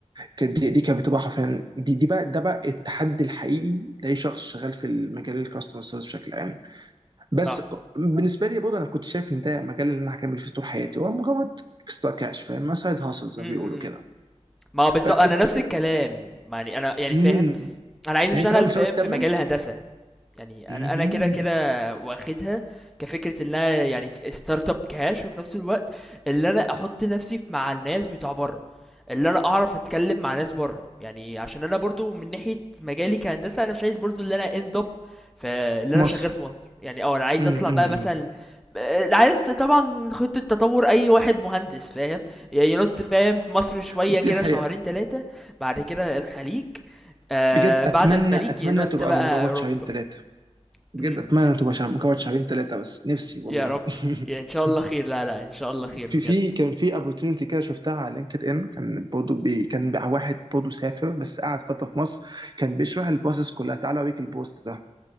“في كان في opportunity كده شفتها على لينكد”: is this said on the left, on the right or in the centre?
Right